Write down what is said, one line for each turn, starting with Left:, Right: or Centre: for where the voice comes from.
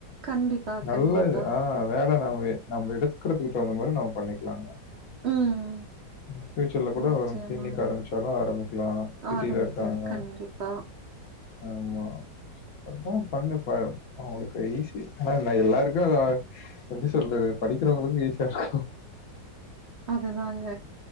Right: கண்டிப்பா
Left: நல்லது
Right: கண்டிப்பா
Left: ஆ வேல நம்ம நம்ம எடுக்குறதுக்கு தகுந்த மாரி நம்ம பண்ணிக்கலாங்க
Right: ம்
Left: ம் ஃபியூச்சர்ல கூட
Right: நிச்சயமாங்க
Left: அவரு கிளனிக் ஆரம்பிச்சாலு ஆரம்பிக்கலா சிட்டியில
Right: ஆரம்பிக்கலா
Left: இருக்காங்கன்னா
Right: கண்டிப்பா
Left: ஆமா அப்பவு ஃபண்ட்ருக்காது அவங்களுக்கு ஈசி ஆனா நா எல்லாருக்கு அத எப்டி சொல்றது படிக்கிறவங்களுக்கு ஈஸியா இருக்கு
Right: அதுதாங்க